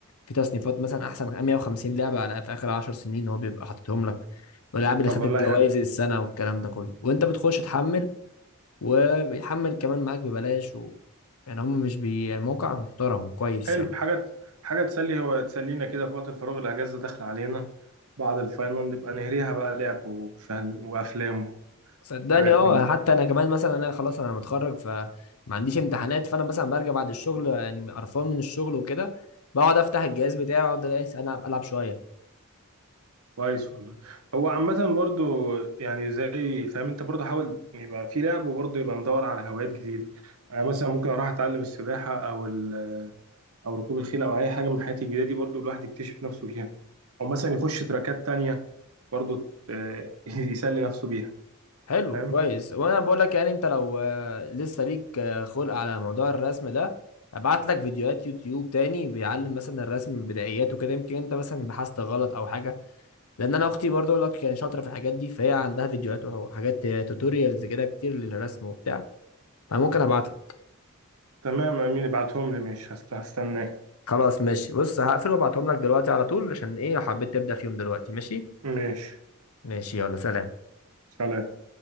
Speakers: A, on the left; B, on the right.
A: في تصنيفات مثلا احسن 150 لعبه على في اخر 10 سنين هو بيبقى حاططهم لك والالعاب اللي
B: طب
A: خدت
B: والله
A: جوائز
B: حلو
A: السنه والكلام ده كله وانت بتخش تحمل وبيحمل كمان معاك ببلاش و... يعني هم مش بي يعني موقع محترم كويس
B: حلو
A: يعني
B: حاجه حاجه تسلي هو تسلينا كده في وقت الفراغ الاجازه داخله علينا بعد الفاينل نبقى نهريها بقى لعب ومشاهد وافلام
A: صدقني
B: وحاجات
A: اه
B: من دي
A: حتى انا كمان مثلا انا خلاص انا متخرج فما عنديش امتحانات فانا مثلا برجع بعد الشغل يعني قرفان من الشغل وكده بقعد افتح الجهاز بتاعي واقعد الاقي العب العب شويه
B: كويس والله هو عامة برضو يعني زي فاهم انت برضو حاول يبقى في لعب وبرضو يبقى مدور على هوايات جديدة انا مثلا ممكن اروح اتعلم السباحة او ال او ركوب الخيل او اي حاجة من الحاجات الجديدة دي برضو الواحد يكتشف نفسه فيها او مثلا يخش تراكات تانية برضو آه، <laughs> يسلي نفسه بيها
A: حلو
B: فاهم
A: كويس وانا بقول لك يعني انت لو آه، لسه ليك آه، خلق على موضوع الرسم ده ابعت لك فيديوهات يوتيوب تاني بيعلم مثلا الرسم بدايات وكده يمكن انت مثلا بحثت غلط او حاجه لان انا اختي برضو اقول لك كانت شاطره في الحاجات دي فهي عندها فيديوهات وحاجات توتوريالز كده كتير للرسم وبتاع فممكن ابعت لك
B: تمام امين ابعتهم لي ماشي هست- هستناك
A: خلاص ماشي بص هقفل وابعتهم لك دلوقتي على طول عشان ايه لو حبيت تبدا فيهم دلوقتي ماشي
B: ماشي
A: ماشي يلا سلام
B: سلام